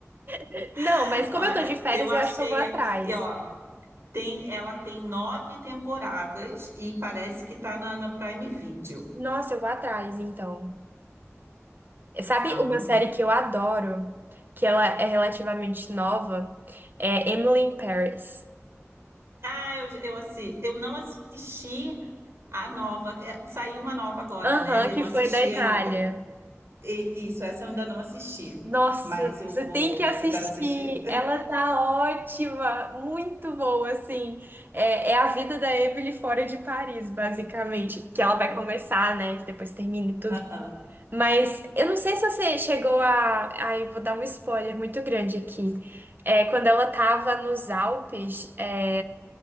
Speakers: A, on the right; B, on the right.
A: <laughs> Não,
B: <laughs>
A: mas como
B: olha,
A: eu tô de férias,
B: eu achei
A: eu acho que eu vou atrás.
B: aqui, ó, tem, ela tem nove temporadas e parece que tá na, na Prime Video.
A: Nossa, eu vou atrás, então. Sabe
B: Então,
A: uma série que eu adoro, que ela é relativamente nova, é Emily in Paris.
B: ah, eu, eu, assi, eu não assisti a nova, é, saiu uma nova agora,
A: Aham,
B: né? Eu
A: que
B: não assisti
A: foi da Itália.
B: ainda. E- isso, essa eu ainda não assisti,
A: Nossa,
B: mas eu
A: você
B: vou,
A: tem que assistir.
B: eu quero assistir.
A: Ela tá ótima, muito boa, assim. É, é a vida da Emily fora de Paris, basicamente. Que ela vai começar, né? Que depois termina e tudo.
B: Aham,
A: Mas eu não sei se você chegou a. Aí vou dar um spoiler muito grande aqui. É, quando ela tava nos Alpes. é,